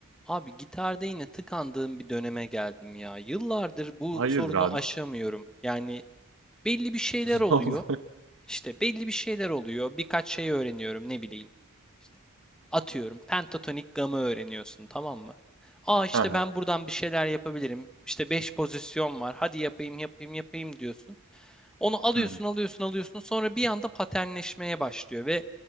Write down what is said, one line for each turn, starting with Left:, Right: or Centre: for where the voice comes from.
Centre: Abi gitarda yine tıkandığım bir döneme geldim ya. Yıllardır bu
Right: Hayırdır
Centre: sorunu
Right: abi?
Centre: aşamıyorum. Yani belli bir şeyler
Right: <laughs>
Centre: oluyor.
Right: Ne oldu?
Centre: İşte belli bir şeyler oluyor. Birkaç şey öğreniyorum ne bileyim. İşte atıyorum pentatonik gamı öğreniyorsun tamam mı? Aa işte
Right: Hı hı.
Centre: ben buradan bir şeyler yapabilirim. İşte 5 pozisyon var. Hadi yapayım yapayım yapayım diyorsun. Onu alıyorsun,
Right: Hı hı.
Centre: alıyorsun, alıyorsun. Sonra bir anda paternleşmeye başlıyor ve